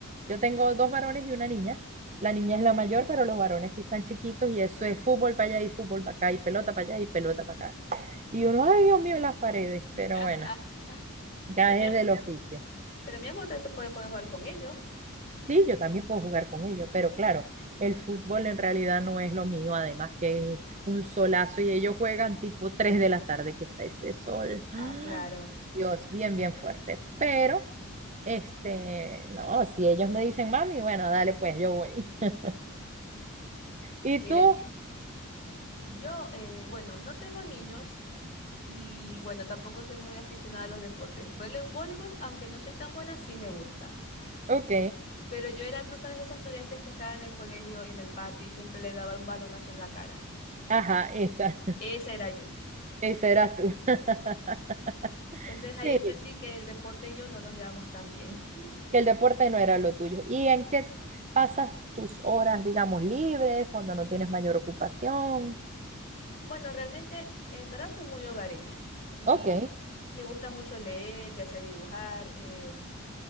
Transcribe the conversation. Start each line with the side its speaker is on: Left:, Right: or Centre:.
Right: Yo tengo dos varones y una niña. La niña es la mayor, pero los varones sí están chiquitos y eso es fútbol para allá y fútbol para acá y pelota para allá y pelota
Left: <laughs>
Right: para acá. Y uno, ay Dios mío, las paredes,
Left: <laughs>
Right: pero bueno, ya
Left: Pero mi,
Right: es
Left: am-
Right: del oficio.
Left: pero mi amor también te puede poder jugar con ellos.
Right: Sí, yo también puedo jugar con ellos, pero claro, el fútbol en realidad no es lo mío, además que es un solazo y ellos juegan tipo 3 de la tarde que está ese sol. ¡Ah!
Left: Ah, claro.
Right: Dios, bien, bien fuerte. Pero, este, no, si ellos me dicen, mami, bueno, dale, pues yo voy.
Left: <laughs>
Right: <laughs> ¿Y
Left: Y
Right: tú?
Left: le- yo, eh, bueno, no tengo niños y bueno, tampoco soy muy aficionada a los deportes. Vole- voleibol, aunque no soy tan buena, sí me gusta.
Right: Ok,
Left: Pero yo era, tú sabes, esa estudiante que estaba en el colegio, en el patio y siempre le daba un balonazo en la cara.
Right: ajá, esa,
Left: Esa era yo.
Right: <laughs> esa eras tú. <laughs>
Left: Entonces
Right: Sí,
Left: ahí entendí que el deporte y yo no nos llevamos tan bien.
Right: que el deporte no era lo tuyo. ¿Y en qué pasas tus horas, digamos, libres, cuando no tienes mayor ocupación?
Left: Bueno, realmente en verdad soy muy hogareña y
Right: Ok,
Left: me gusta mucho leer, ya sea dibujar. em,